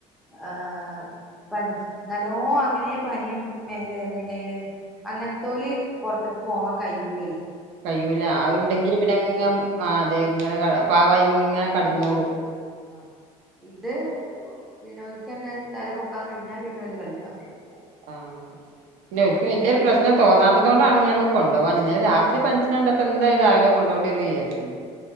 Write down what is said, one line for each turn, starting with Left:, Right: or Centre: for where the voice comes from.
Centre: ആഹ പനിച്ചു നല്ലോ അങ്ങനെ പനിയും മേല് വേദനയും കൈ വേദനയും അങ്ങൻത്തോല് പുറത്ത്ക്ക് പോവാൻ കയിയൂലെ
Right: കയ്യൂല അഹ്ണ്ടെങ്കില് പിന്നെങ്ങെ ആഹ് അതെ ങ്ങനെ
Centre: ആ
Right: പാവായിങ്ങനെ കടന്നോളും
Centre: ആഹ് ഇത് പിന്നോൽക്കെന്നെ തല പൊക്കാൻ കഴിഞ്ഞാൽ പിന്നോല് കളിക്കാൻ വരും
Right: ആഹ് ഇല്ല ഓൽക്ക് വല്യരു പ്രശ്നം തൊന്നാത്തത് കൊണ്ടാണ് ഞാൻ ഒന്ന് കൊണ്ടേവാഞ്ഞേ ഇന്നാലെ രാത്രി പനിച്ചിന കണ്ടപ്പോ എന്താലൂം രാവിലെ കൊണ്ടോ വെരും വിയാച്ചി